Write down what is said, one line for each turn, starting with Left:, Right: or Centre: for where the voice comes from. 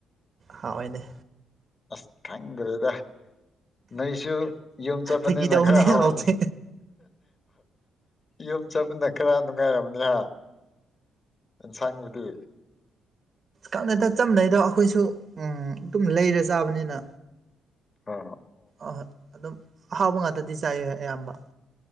Right: ꯍꯥꯑꯣꯏꯅꯦ
Left: ꯑꯁ ꯈꯪꯗ꯭ꯔꯦꯗ ꯅꯣꯏꯁꯨ ꯌꯨꯝ ꯆꯠꯄꯅꯤꯅꯪ
Right: ꯐꯥꯒꯤ ꯇꯧꯕꯅꯦ
Left: ꯈꯔ ꯍꯥꯎꯔꯝꯃꯤ
Right: ꯍꯥꯎꯇꯦ
Left: ꯌꯨꯝ ꯆꯠꯃꯤꯟꯅ ꯈꯔ ꯅꯨꯡꯉꯥꯏꯔꯕꯅꯤꯍ ꯏꯟꯁꯥꯡꯕꯨꯗꯤ
Right: ꯀꯪꯅ ꯇ ꯆꯝꯅꯩꯗꯣ ꯑꯩꯈꯣꯏꯁꯨ ꯑꯗꯨꯝ ꯂꯩꯔ ꯆꯥꯕꯅꯤꯅ
Left: ꯍ
Right: ꯑꯍꯣꯏ ꯑꯗꯨꯝ ꯑꯍꯥꯎꯕ ꯉꯥꯛꯇꯗꯤ ꯆꯥꯏꯨ ꯑꯌꯥꯝꯕ